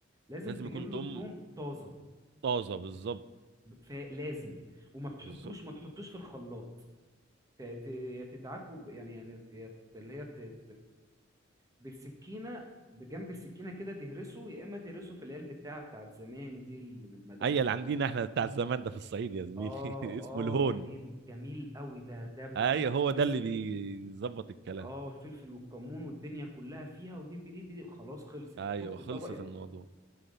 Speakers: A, on the right; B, on the right.
A: لازم
B: لازم
A: تجيب
B: يكون
A: له
B: توم
A: توم طازه
B: طازه بالظبط
A: ب- فا- لازم وما بتحطوش
B: بالظبط
A: ما تحطوش في الخلاط ت- ت- يا تدعكه ب- يعني يعني ت- يا ت- اللي هي بالسكينه بجنب السكينه كده تهرسه يا اما تهرسه في العلب بتاع بتاعت زمان دي اللي بالمدق
B: اي اللي عندنا احنا بتاع الزمان ده في الصعيد يا زميلي
A: اه
B: <laughs> اسمه
A: اه
B: الهون
A: جميل جميل قوي ده ده بتحط
B: ايوه هو
A: الفلفل
B: ده اللي بيظبط الكلام
A: اه الفلفل والكمون والدنيا كلها فيها ودي بدي بدي خلاص خلصت
B: ايوه
A: تحط
B: خلصت
A: طبقة
B: الموضوع